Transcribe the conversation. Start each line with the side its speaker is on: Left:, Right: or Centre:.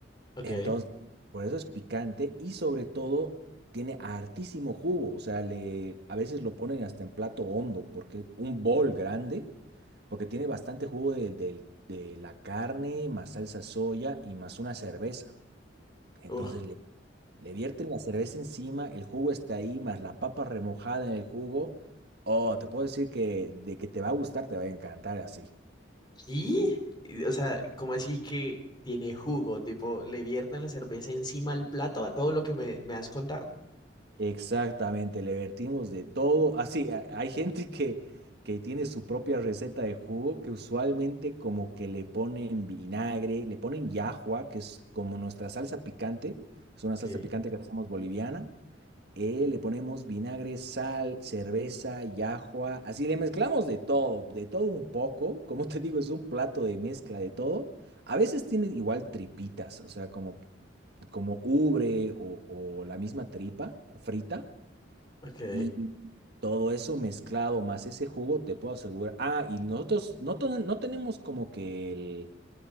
Left: Ok.
Right: Entonces, por eso es picante y sobre todo tiene hartísimo jugo. O sea, le, a veces lo ponen hasta en plato hondo, porque un bol grande, porque tiene bastante jugo de, del- de la carne, más salsa soya y más una cerveza. Entonces
Left: Uf.
Right: le, le vierten la cerveza encima, el jugo está ahí, más la papa remojada en el jugo. Oh, te puedo decir que de que te va a gustar, te va a encantar así.
Left: ¿Y? Y, O sea, como así que tiene jugo? Tipo, ¿le vierten la cerveza encima al plato a todo lo que me, me has contado?
Right: Exactamente, le vertimos de todo. Así, hay gente que, que tiene su propia receta de jugo que usualmente como que le ponen vinagre, le ponen llajua, que es como nuestra salsa picante, es una
Left: Sí,
Right: salsa picante que hacemos boliviana, eh, le ponemos vinagre, sal, cerveza y ajua. Así le mezclamos de todo, de todo un poco. Como te digo, es un plato de mezcla de todo. A veces tiene igual tripitas, o sea, como, como ubre o, o la misma tripa frita.
Left: ok,
Right: Y todo eso mezclado más ese jugo, te puedo asegurar. Ah, y nosotros no, to- no tenemos como que el